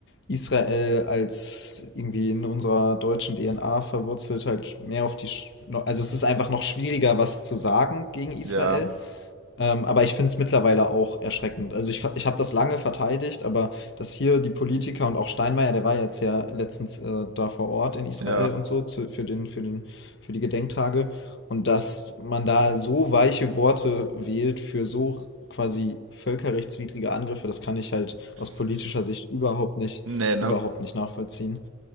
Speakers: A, on the left (about 55°); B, on the right (about 75°).
A: Israel als irgendwie in unserer deutschen DNA verwurzelt, halt mehr auf die. Sch- no- Also es ist einfach noch schwieriger, was zu sagen gegen Israel.
B: Ja,
A: Ähm, aber ich finde es mittlerweile auch erschreckend. Also ich, hab- ich habe das lange verteidigt, aber dass hier die Politiker und auch Steinmeier, der war ja jetzt ja letztens äh, da vor Ort in Israel
B: ja.
A: und so zu, für den, für den, für die Gedenktage und dass man da so weiche Worte wählt für so quasi völkerrechtswidrige Angriffe, das kann ich halt aus politischer Sicht überhaupt nicht,
B: Nee, ne?
A: überhaupt nicht nachvollziehen.